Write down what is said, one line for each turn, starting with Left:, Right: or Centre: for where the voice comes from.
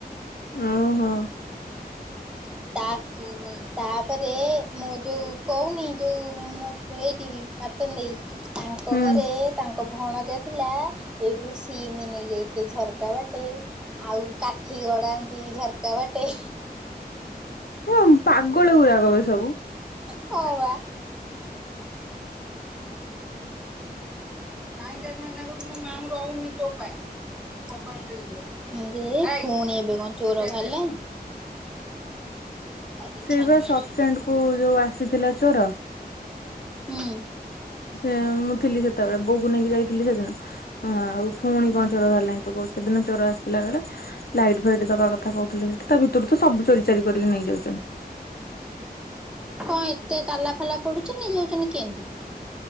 Left: ଓହୋ।
Centre: <unintelligible> ତାପରେ ମୁଁ ଯୋଉ କହୁନି ଯୋଉ ମୋ ଏଇଠି <unintelligible> ଦେଇ ତାଙ୍କ
Left: ହୁଁ
Centre: ଘରେ ତାଙ୍କ ଭଣଜା ଥିଲା ଏଇଠୁ ସିମି ନେଇଯାଇଥିଲେ ଝରକା ବାଟେ। ଆଉ କାଠି ଗଡାନ୍ତି ଝରକା ବାଟେ।
Left: <unintelligible> ପାଗଳ ଗୁୁରାକ ବେ ସବୁ।
Centre: ହଁ ପା। ମାଇଣ୍ଡି ଟେଂସନ୍ ଲାଗୁଛି ମୋ ମା ଆଉ ରହୁନି ତୋ ପାଇଁ। ପୁଣି ଏବେ କଣ ଚୋର ବାହାରିଲାଣି। ଭାରି
Left: ସେଇ
Centre: ଛାନିଆ
Left: ବା ସପ୍ ସେଣ୍ଡ କୁ ଯୋଉ ଆସିଥିଲା ଚୋର।
Centre: ହୁଁ।
Left: ସେ ମୁଁ ଥିଲି ସେତେବେଳେ ବୋଉ ନେଇକି ଯାଇଥିଲି ସେଦିନ ଆଉ ପୁଣି
Centre: ହୁଁ
Left: କଣ ଚୋର ବାହାରିଲାଣି। କ ସେଦିନ ଚୋର ଆସିଲା ବେଳେ ଲାଇଟ୍ ଫାଇଟ ଦବା କଥା କହୁଥିଲେ ସେଠି ତା ଭିତରୁ ତ ସବୁ ଚୋରି। ଚୋରି କରିକି ନେଇ ଯାଉଛନ୍ତି।
Centre: କଣ ଏତେ ତାଲା ଫାଲା ପଡୁଛି ନେଇଯାଉଛନ୍ତି କେମିତି।